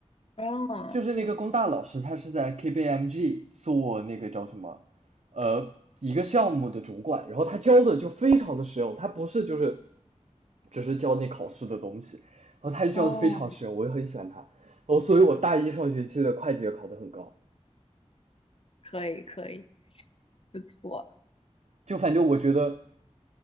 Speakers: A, on the left; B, on the right.
A: 哦
B: 就是那个工大老师，他是在 KPMG 做那个叫什么，呃，一个项目的主管，然后他教的就非常的实用，他不是就是只是教你考试的东西，然后他就教的非常实用，
A: 哦，
B: 我也很喜欢他，然后所以我大一上学期的会计也考得很高，
A: 可以可以，不错。
B: 就反正我觉得